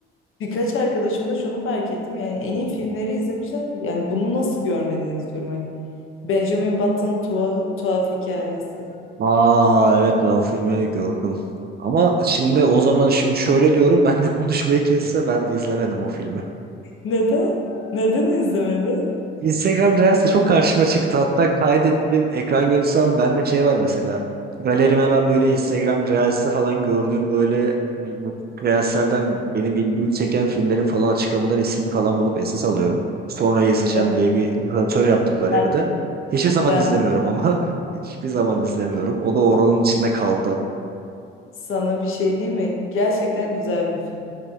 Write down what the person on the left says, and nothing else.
Birkaç arkadaşım da şunu fark ettim yani en iyi filmleri izlemişler. Yani bunu nasıl görmediniz diyorum hani. Benjamin Button'ın tuhaf, tuhaf hikayesi.
Neden? Neden izlemedin?
Evet
ben de.
Ben
de aynı
şey.
Sana bir şey diyeyim mi? Gerçekten güzel bir film.